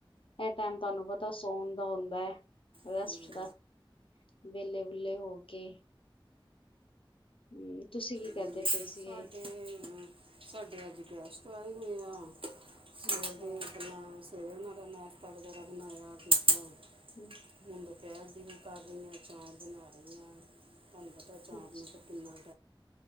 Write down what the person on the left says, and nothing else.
ਇਹ ਟਾਈਮ ਤੁਹਾਨੂੰ ਪਤਾ ਸੋਣ ਦਾ ਹੁੰਦਾ ਏ ਰੈਸਟ
ਦਾ। ਵੇਲੇ ਵੂਲੇ ਹੋ ਕੇ ਹੁੰ ਤੁਸੀਂ ਕੀ ਕਰਦੇ
ਪਏ ਸੀਗੇ
ਅੱਛਾ
ਹੁੰ।
ਅੱਛਾ